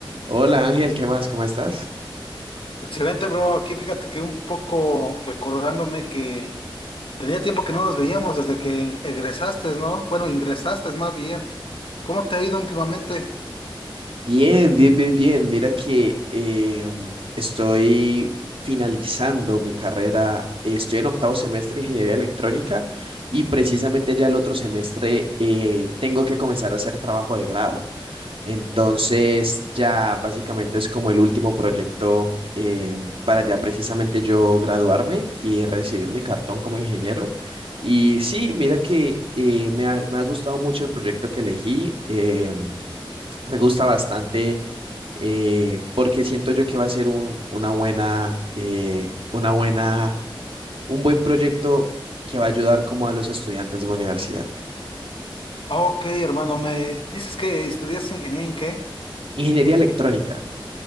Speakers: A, on the right; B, on the left.
A: Hola Ángel, ¿qué más? ¿Cómo estás?
B: Excelente, bro. Aquí fíjate que un poco recordándome que tenía tiempo que no nos veíamos desde que egresaste, ¿no? Bueno, ingresaste más bien. ¿Cómo te ha ido últimamente?
A: Bien, bien, bien, bien. Mira que eh, estoy finalizando mi carrera. eh, Estoy en octavo semestre de ingeniería electrónica y precisamente ya el otro semestre eh, tengo que comenzar a hacer trabajo de grado. Entonces ya básicamente es como el último proyecto eh, para ya precisamente yo graduarme y recibir mi cartón como ingeniero. Y sí, mira que eh, me ha, me ha gustado mucho el proyecto que elegí. eh, me gusta bastante eh, porque siento yo que va a ser un, una buena, eh, una buena, un buen proyecto que va a ayudar como a los estudiantes de mi universidad.
B: Ah, Ok, hermano, me dices que estudias ingeniería en qué?
A: Ingeniería electrónica.